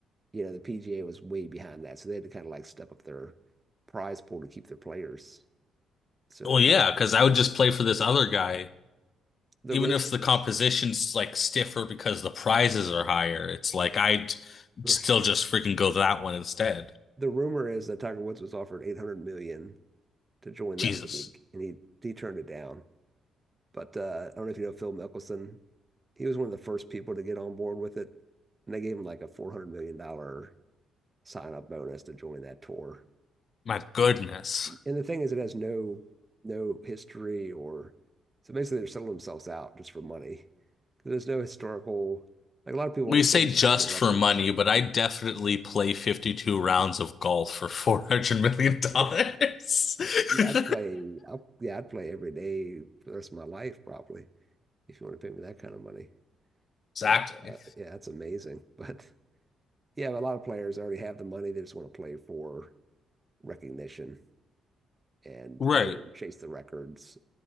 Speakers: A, on the right; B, on the left.
A: You know, the PGA was way behind that, so they had to kind of like step up their prize pool to keep their players. So
B: Well,
A: they were
B: yeah,
A: kind of
B: because
A: forced
B: I would
A: to.
B: just play for this other guy,
A: The
B: even
A: rumor
B: if the
A: is,
B: competition's like stiffer because the prizes are higher. It's like I'd
A: right,
B: still just freaking go that one instead.
A: the rumor is that Tiger Woods was offered 800 million to join
B: Jesus,
A: that league, and he he turned it down. But uh, I don't know if you know Phil Mickelson. He was one of the first people to get on board with it, and they gave him like a 400 million dollar sign up bonus to join that tour.
B: my goodness.
A: And the thing is, it has no no history or so basically they're selling themselves out just for money. There's no historical like a lot of people want
B: We say
A: to chase
B: just
A: like the records.
B: for money, but I definitely play 52 rounds of golf for <laughs> 400 million dollars.
A: Yeah, yeah,
B: <laughs>
A: I'd play. I'll, yeah, I'd play every day for the rest of my life probably if you want to pay me that kind of money.
B: Exactly.
A: But uh, yeah, that's amazing. <laughs> But yeah, a lot of players already have the money. They just want to play for recognition and
B: Right.
A: fame, chase the records,